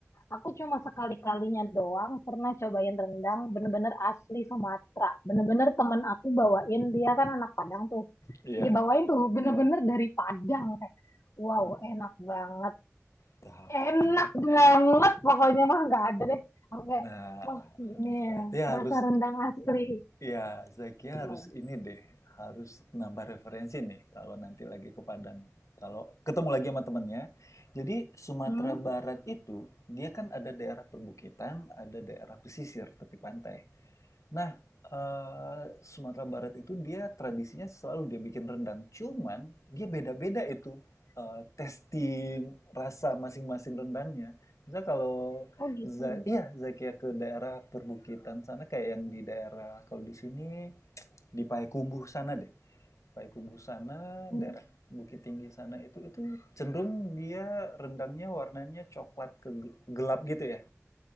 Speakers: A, on the left; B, on the left.
A: aku cuma sekali-kalinya doang pernah cobain rendang bener-bener asli Sumatera bener-bener temen aku bawain dia kan anak Padang tuh
B: Iya,
A: dia bawain tuh bener-bener dari Padang kayak wow enak banget
B: tapi
A: enak banget pokoknya mah nggak ada deh aku kayak
B: nah
A: wah ini
B: berarti
A: ya,
B: harus
A: rasa rendang asli
B: ya Zakia
A: Oh,
B: harus ini deh, harus nambah referensi nih kalau nanti lagi ke Padang. Kalau ketemu lagi sama temennya. Jadi Sumatera
A: hmm?
B: Barat itu dia kan ada daerah perbukitan, ada daerah pesisir tepi pantai. Nah, eee, Sumatera Barat itu dia tradisinya selalu dia bikin rendang, cuman dia beda-beda itu, eee, tasti rasa masing-masing rendangnya. Misal kalau
A: oh gitu
B: za iya, Zakia ke daerah perbukitan sana kayak yang di daerah kalau di sini di Payakumbuh sana deh. Payakumbuh sana,
A: Hmm.
B: daerah Bukit Tinggi sana itu itu cenderung dia rendangnya warnanya coklat kege gelap gitu ya.